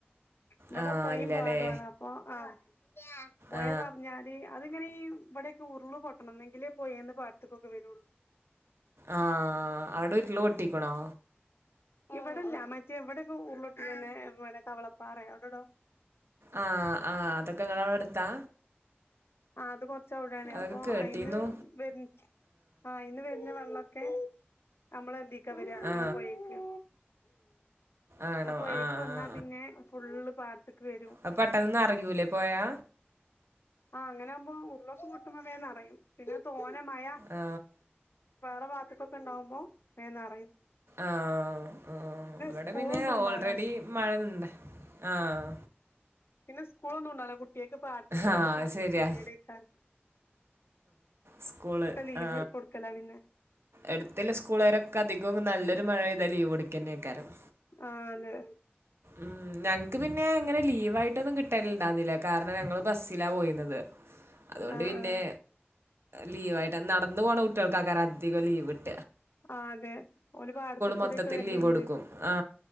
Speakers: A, on the left; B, on the right.
A: ഇവടെ
B: ആ
A: പൊയിം
B: ഇല്ലല്ലേ
A: പാട്വാണ് അപ്പൊ ആഹ് പൊയ
B: ആ
A: നറഞ്ഞാല് അതിങ്ങനെ ഈ ഇവിടെക്കെ ഉരുള് പൊട്ടണം എന്നെങ്കിലേ പോയേന്ന് പാടത്ത്ക്കൊക്കെ വരൊള്ളൂ.
B: ആഹ് അവടെ ഉരുള് പൊട്ടീക്ക്ണോ?
A: ഇവടെല്ല മറ്റേ എവ്ടെപ്പൊ ഉറ്ളൊട്ടീക്കെന്നെ അത് പോലെ കവളപ്പാറേ അവടെടോ
B: ആഹ് ആഹ് അതൊക്കെ ഇങ്ങളവടെ അടുത്താ?
A: ആഹ് അത് കൊറച്ച് അവടേണേ
B: അതൊക്കെ
A: അപ്പൊ
B: കേട്ടിരുന്നു
A: അയിന്ന് വര് ആഹ് അയിന്ന് വര്ണ വള്ള ക്കെ നമ്മളെ ഇതീക്കാ വെരാ നമ്മളെ
B: ആ
A: പൊഴേക്ക്.
B: ആണോ
A: ആ പൊയേക്ക് വന്നാ
B: ആ.
A: പിന്നെ ഫുള്ള് പാടത്ത്ക്ക് വരും.
B: അപ്പൊ പെട്ടെന്ന് അറിയൂലേ പോയാ
A: ആഹ് അങ്ങനെ ആകുമ്പോ ഉരുളൊക്ക കൂട്ടുമ്പോേന്ന്റിയയും പിന്നെ തോന്ന മഴ
B: ആ
A: വേറെ വാത്തക്കൊക്കെ ഉണ്ടാവുമ്പോന്ന്റിയും
B: ആഹ് ആഹ് ഇവിടെ
A: സ്കൂളൊന്നും
B: പിന്നെ
A: ഉണ്ടാവൂല
B: ഓൾറെഡി മഴ നിണ്ട് ആഹ്
A: പിന്നെ സ്കൂളൊന്നും ഉണ്ടല്ലോ കുട്ട്യാൾക്ക് പാടത്തൂടൊക്കെ
B: ആ
A: പോണെങ്കി
B: ശരിയാ
A: കെത്യേടെക്കാരം
B: സ്കൂള്
A: ലീവ്
B: ആ
A: കൊടുക്കലാ പിന്നെ
B: എടുത്തല്ല സ്കൂളുകാരൊക്കെ അധികവും നല്ലൊരു മഴ പെയ്ത ലീവ് എടുക്കന്നെക്കാരം
A: ആഹ് അതെ
B: ഉം ഞങ്ങക്ക് പിന്നെ അങ്ങനെ ലീവായി ട്ടൊന്നും കിട്ടലിണ്ടാവുന്നില്ല കാരണം ഞങ്ങള് ബസ്സിലാ പോയുന്നത് അതുകൊണ്ട്
A: ആഹ്
B: പിന്നെ
A: ആഹ്
B: ലീവായിട്ട് നടന്ന് പോണ കുട്ട്യാൾക്കാക്കാരം അധികം ലീവ് ഇട്ട്
A: ആ അതെ ഓല് പാടത്ത് കൂടെക്കെ
B: മൊത്തത്തിൽ
A: വരണെങ്കില്
B: ലീവ് കൊടുക്കും ആ